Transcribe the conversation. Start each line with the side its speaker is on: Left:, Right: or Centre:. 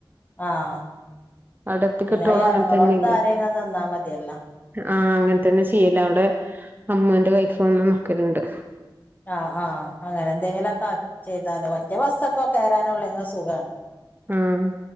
Left: ആഹ്
Right: അവിടെ എത്തിക്കിട്ടോളം
Left: പിന്നെ എർങ്ങ്ണോട്ത്ത്
Right: അങ്ങനെ തന്നെയല്ലേ
Left: ആരെങ്കിലും നിന്നാ മതിയല്ലോ.
Right: ആഹ് അങ്ങൻത്തന്നെ ചെയ്യൽ അവിടെ അമ്മോന്റെ വൈഫ് വന്ന് നിക്കൽണ്ട്.
Left: ആഹ് ആഹ് അങ്ങനെന്തെങ്കിലൊക്കെ ചെയ്താൽ ഒറ്റ ബസ്സൊക്കെ കേറാനുള്ളുങ്കി സുഖാണ്.
Right: ഉം